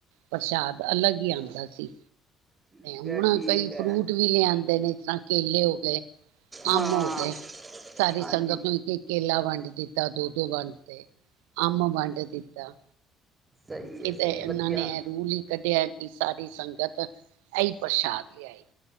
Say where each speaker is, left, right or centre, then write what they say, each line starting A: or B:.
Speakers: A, on the right; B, on the right.
A: ਪ੍ਰਸ਼ਾਦ ਅਲੱਗ ਹੀ ਆਉਂਦਾ ਸੀ।
B: ਠੀਕ
A: ਹੁਣ
B: ਹੈ ਠੀਕ
A: ਕਈ
B: ਹੈ
A: ਫਰੂਟ ਵੀ ਲਿਆਂਦੇ ਸਾ। ਕੇਲੇ ਹੋ ਗਏ। ਗਏ।
B: ਹਾਂ
A: ਅਮ ਹੋ ਗਏ ਸਾਰੀ
B: ਹਾਂਜੀ
A: ਸੰਗਤ ਨੂੰ ਇੱਕ- ਇੱਕ ਕੇਲਾ। ਵੰਡ ਦਿੱਤਾ ਦੋ- ਦੋ ਵੰਡ ਤੇ ਅਮ ਵੰਡ ਦਿੱਤਾ।
B: ਸਹੀ
A: ਕਿਤੇ
B: ਹੈ ਸਹੀ
A: ਇਹਨਾਂ
B: ਵਧੀਆ
A: ਨੇ ਰੂਲ ਹੀ ਕੱਢਿਆ ਕਿ ਸਾਰੀ ਸੰਗਤ ਇਹੀ ਪ੍ਰਸ਼ਾਦ ਲਿਆ ਏ।